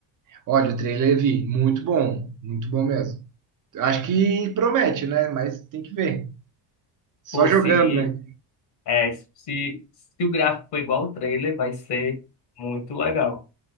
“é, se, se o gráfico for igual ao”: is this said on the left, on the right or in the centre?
Left